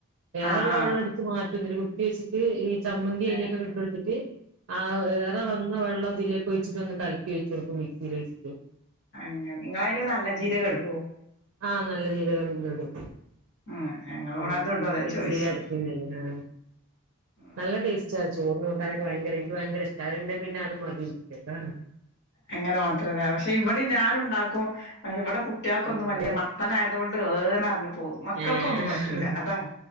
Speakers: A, on the right; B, on the left.
A: ഏറെ
B: ആ
A: ള്ള
B: ആ
A: വെള്ളം ട്ത്ത് മാറ്റും ന്നട്ട് കു ത്തി വെച്ചിട്ട് ഈ ചമ്മന്തി അയിലേക്ക്
B: ഏ
A: ങ്ങട്ട് ഇട്ട് കൊടുത്തിട്ട് ആ വന്ന വെള്ളം ഇതിലേക്ക് ഒഴിച്ചിട്ട് ഒന്ന് കലക്കി ഒഴിച്ച് കൊടുക്കും മിക്സിയിൽ ഒഴി ച്ചിട്ട്
B: അങ്ങനെ നിങ്ങളതില് നല്ല ജീരകം ഇടുവോ
A: ആഹ് നല്ല ജീരകം ഇടും
B: ആ ഞങ്ങളിവിടെ
A: ആഹ്
B: അത് ഇടും അതാ
A: മിക്സിയിൽ
B: ചോദിച്ചു
A: അരക്കു ന്നെ ലോ
B: ഉം
A: നല്ല ടേസ്റ്റാ ചോറും കൂട്ടാനൊക്കെ ഭയങ്കര ഇൻക്ക് ഭയങ്കരഷ് ട്ടാ അത്ണ്ടേ പിന്നെ അത് മതി <unintelligible>
B: അങ്ങനെ മാത്രല്ലേ പക്ഷെ ഇവിടെ ഞനു ണ്ടാക്കും പക്ഷെ ഇവിടെ കുട്ടിയാൾക്കൊന്നും
A: ആഹ്
B: വല്ല്യയ മ ത്ത നായതുകൊണ്ട് ഏഹ് ന്നറ്ഞ്ഞ് പോവും മക്കൾക്കൊന്നും
A: ഏഹ്
B: പറ്റൂല അതാണ്